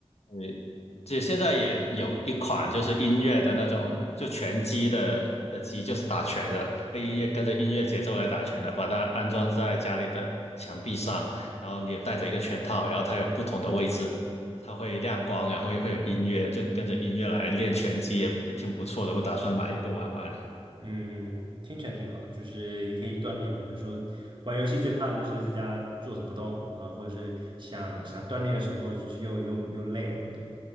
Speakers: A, on the left; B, on the right.
A: 你这现在也有一款就是音乐的那种，就拳击的的机，就是打拳的，被音乐跟着音乐节奏来打拳的，把它安装在家里的墙壁上，然后你也带着一个拳套，然后它有不同的位置，它会亮光，然后也会有音乐，就跟着音乐来练拳击也也挺不错的，我打算买一个玩玩。
B: 嗯，听起来挺好，就是也可以锻炼嘛。有时候玩游戏最怕的就是在家坐着不动，然后或者是想想锻炼的时候，就是又又又累了，对。